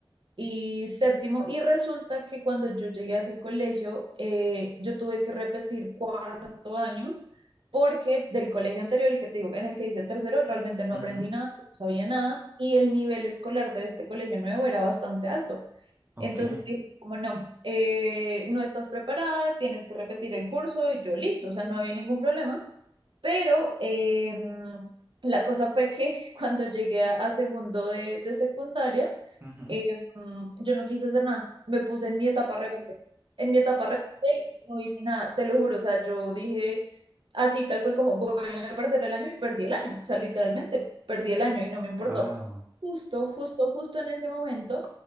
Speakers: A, on the right; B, on the right.
A: y séptimo. Y resulta que cuando yo llegué a ese colegio, eh, yo tuve que repetir cuarto año porque del colegio anterior, el que te digo, en el que hice tercero, realmente no
B: ujú.
A: aprendí nada, no sabía nada, y el nivel escolar de este colegio nuevo era bastante alto.
B: Ok.
A: Entonces dije, como no, eh, no estás preparada, tienes que repetir el curso, y yo listo, o sea, no había ningún problema. Pero eh, la cosa fue que <laughs> cuando llegué a, a segundo de, de secundaria,
B: Ujú.
A: eh, mm, yo no quise hacer nada. Me puse en mi etapa rebelde. En mi etapa rebelde y no hice nada, te lo juro. O sea, yo dije así, tal cual como voy a perder el año y perdí el año. O sea, literalmente perdí el año y no me importó.
B: Wow.
A: Justo, justo, justo en ese momento